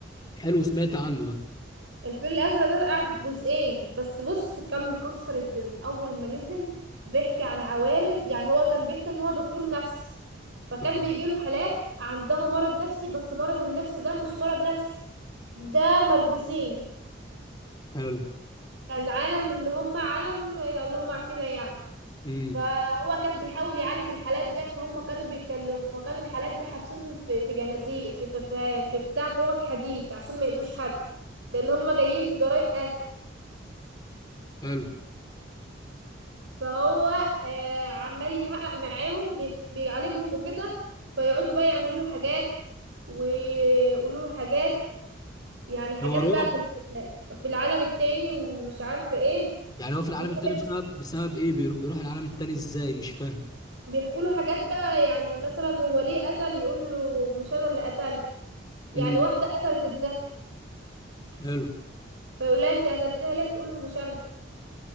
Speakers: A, on the left; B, on the right.
A: حلو سمعت عنه ده
B: الفيل الازرق ده قعد جزئين بس بص كان مكسر الدنيا اول ما نزل بيحكي عن عوالم يعني هو كان بيحكي ان هو دكتور نفسي فكان
A: آه،
B: بيجيله حالات عندها مرض نفسي بس مرض النفس ده مش مرض نفسي ده ملبوسين
A: حلو
B: كان عالم ان هم عالم آه، اللهم عارفينها يعني
A: امم
B: فهو كان بيحاول يعالج الحالات ديت فهم كانوا بيتكلموا فكانوا الحالات دي حابسينهم في في جنازير في في, في, في بتاع في اوض حديد عشان ما يأذوش حد لان هم جايين بجرائم قتل
A: حلو
B: فهو آه عمال يحقق معاهم بي- بيعالجهم وكده فيقعدوا بقى يعملوا له حاجات ويقولوا له حاجات يعني حاجات
A: ده هو رعب
B: بقى في ال- في العالم التاني ومش عارفه ايه
A: يعني هو في العالم
B: ويقعد-
A: التاني بسبب بسبب ايه بيرو- بيروح العالم التاني ازاي مش فاهم
B: بيحكوا له حاجات بقى يعني مثلا هو ليه قتل يقول له مش انا اللي قتلت يعني
A: امم
B: واحدة قتلت ابنها
A: حلو
B: فيقول لها انت قتلتها ليه تقول له مش انا